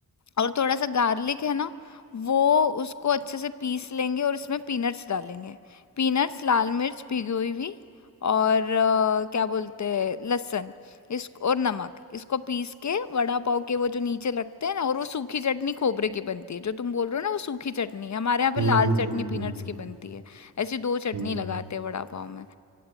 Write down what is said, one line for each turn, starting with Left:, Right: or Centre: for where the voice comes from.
Left: और थोड़ा सा गार्लिक है ना वो उसको अच्छे से पीस लेंगे और इसमें पीनट्स डालेंगे पीनट्स लाल मिर्च भिगी हुई भी और अ, क्या बोलते हैं लहसुन इस और नमक इसको पीस के वड़ा पाव के वो जो नीचे लगते हैं ना और वो सूखी चटनी खोबरे की बनती है जो तुम बोल रहे हो ना वो सूखी चटनी है हमारे यहाँ पे
Right: हम्म
Left: लाल
Right: हम्म
Left: चटनी
Right: हम्म
Left: पीनट्स की बनती है ऐसी दो चटनी
Right: हम्म।
Left: लगाते हैं वड़ा पाव में